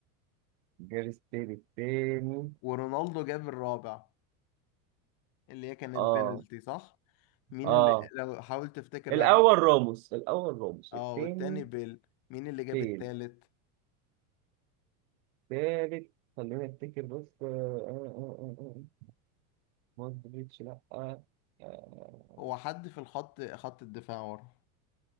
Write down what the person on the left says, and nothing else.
ورونالدو جاب الرابع اللي هي كانت
بينالتي صح مين
اللي لو حاول تفتكر
بقى مين
اه
والتاني بيل مين اللي جاب
التالت
هو حد في الخط خط الدفاع ورا